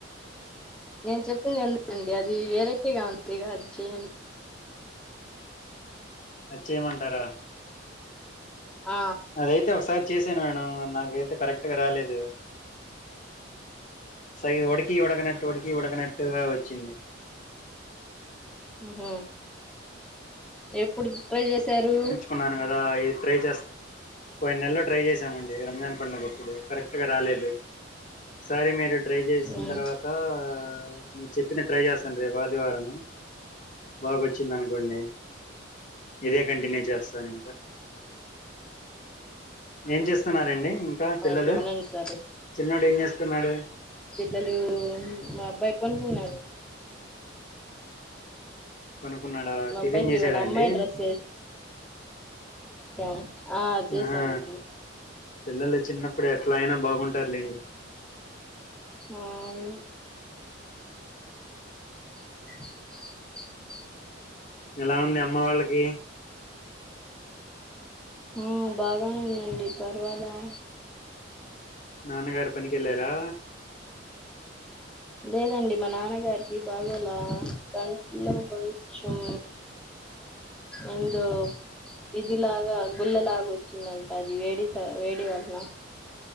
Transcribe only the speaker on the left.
అద్చేమంటారా
అదైతే ఒకసారి చేసాను మేడం నాకైతే కరెక్ట్ గా రాలేదు సగి ఉడికి ఉడకనట్టు ఉడికి ఉడకనట్టుగా వచ్చింది
కున్నాను కదా ఇది ట్రై చేస్ పోయి నెలల్లో ట్రై చేశామండి రంజాన్ పండగప్పుడు కరెక్ట్గ రాలేదు సర మీరు ట్రై చేస్న
తర్వాత మీర్ చెప్పిది ట్రై చేస్తాను రేపు ఆదివారంము బాగా వచ్చింది అనుకోండి ఇదే కంటిన్యూ చేస్తాను ఇంకా ఏం చేస్తున్నారండి క పిల్లలు
చిన్నోడు ఏం చేస్తున్నాడు
పోనుకున్నాడా
టిఫిన్
చేసాడండి
ఆహా పిల్లలు చిన్నప్పుడు ఎట్లా అయినా బాగుంటారులేండి
ఎలా ఉంది అమ్మ వాళ్ళకి
నాన్నగారు పనికెళ్ళారా